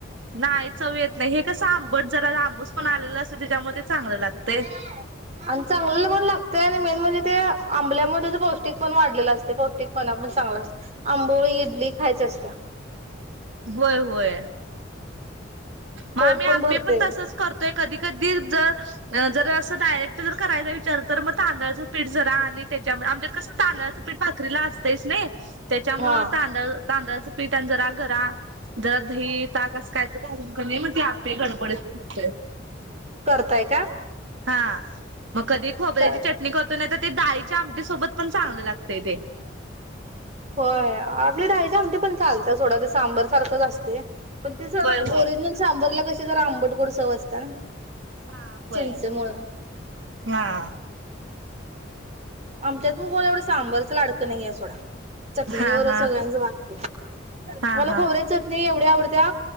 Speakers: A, on the right; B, on the right.
A: नाही चव येत नाही हे कसं आंबट जरा आंबूस पणा आलेला असतोय त्याच्यामुळं ते चांगलं लागतय.
B: <inaudible> आणि चांगलं पण लागतंय आणि मेन म्हणजे ते आंबल्यामुळे त्याचं पौष्टिक पण वाढलेलं असतय पौष्टिकपणा पण चांगला असत. आंबोळी, इडली खायची असत्या.
A: होय होय मग
B: पोट
A: आम्ही आप्पे
B: भरते.
A: पण तसच कर तोय कधी कधी जर जर असं डायरेक्ट जर करायचा विचार तर मग तांदळाचं पीठ जरा आणि त्याच्यामुळे आमच्यात कसं तांदळाचं पीठ भाकरीला असतयच नाही त्याच्यामुळं
B: हा
A: तांदळ तांदळाचं पीठ आणि जरा गरा जरा दही ताक असं कायतर घालून कणी मग ते आप्पे गडबडीत होतय
B: करताय काय?
A: हा मग कधी खोबऱ्याची
B: त्या
A: चटणी करतोय नाही तर ती डाळी च्या आमटी सोबत पण चांगल लागतय ते.
B: होय. आम्ही डाळीची आमटी पण चालत्या सोडा ते सांबर सारखंच असतय. पण ते जरा
A: होय होय
B: ओरिजिनल सांबरला कशी जरा अंबट - गोड चव असत्या.
A: ह होय.
B: चिंचेमुळ
A: हा.
B: आमच्यात पण कोण एवढं सांबरचं लाडकं नाहीयाय सोडा. चटणी
A: हा
B: वरच
A: हा
B: सगळ्यांचं भागतय.
A: हा
B: मला
A: हा
B: खोबऱ्याची चटणी एवढी आवडत्या.